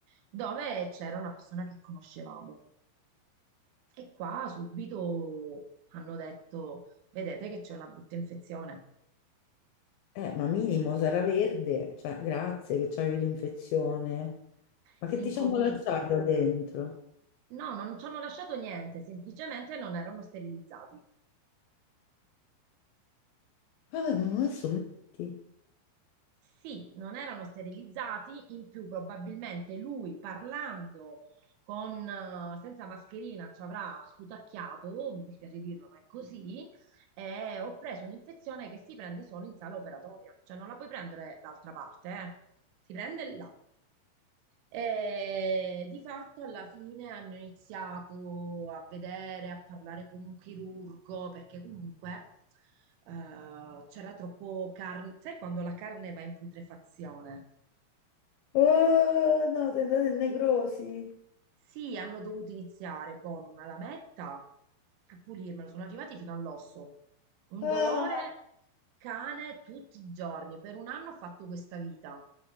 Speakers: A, on the right (about 80°); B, on the left (about 80°).
A: dove c'era una persona che conoscevamo. E qua subito hanno detto: Vedete che c'è una brutta infezione.
B: Eh, ma minimo sarà verde. Cioè, grazie che c'hai l'infezione. Ma
A: Si
B: che ti
A: incomincia.
B: ci hanno lasciato dentro?
A: No, non ci hanno lasciato niente, semplicemente non erano sterilizzati.
B: Vabbè, ma
A: Mm.
B: adesso metti.
A: Sì, non erano sterilizzati, in più probabilmente lui parlando con, eh, senza mascherina ci avrà sputacchiato, mi dispiace dirlo, ma è così, e ho preso un'infezione che si prende solo in sala operatoria, cioè non la puoi prendere d'altra parte, eh. Si prende là. E di fatto alla fine hanno iniziato a vedere, a parlare con un chirurgo, perché comunque eh, c'era troppo carne, sai quando la carne va in putrefazione?
B: Oh, no, sei andato in necrosi.
A: Sì, hanno dovuto iniziare con una lametta a pulirmelo, sono arrivati fino all'osso. Un
B: Ah!
A: dolore cane tutti i giorni. Per un anno ho fatto questa vita.